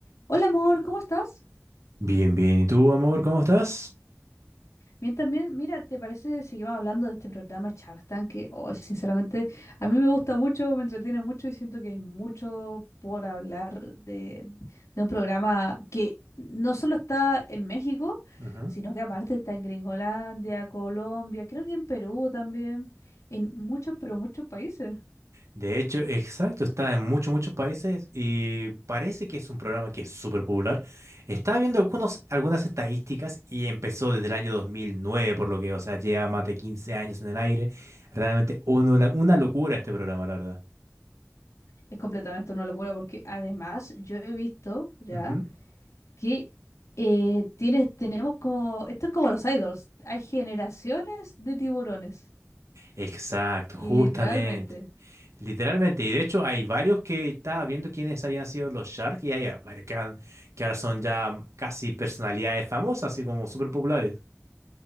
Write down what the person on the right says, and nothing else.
Bien, bien. ¿Y tú, amor, cómo estás?
Ujú.
De hecho, exacto, está en muchos, muchos países y parece que es un programa que es súper popular. Estaba viendo algunos, algunas estadísticas y empezó desde el año 2009, por lo que, o sea, lleva más de 15 años en el aire. Realmente uno la- una locura este programa, la verdad.
Ujú.
Exacto,
justamente. Literalmente, y de hecho hay varios que estaba viendo quiénes habían sido los Shark y hay varios que, han- que ahora son ya casi personalidades famosas, así como súper populares.